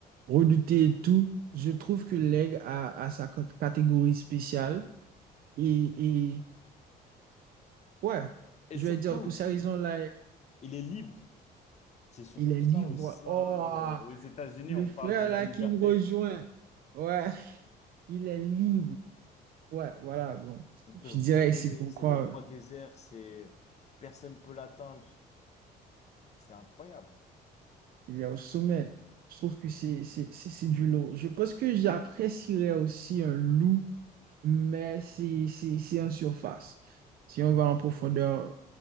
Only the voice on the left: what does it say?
Et
surtout,
il est libre. C'est surtout
ça,
au- ça,
euh, aux États-Unis,
on
parle de la
liberté.
Il peut
voler,
c'est le roi
des airs, c'est, personne peut l'atteindre. C'est incroyable.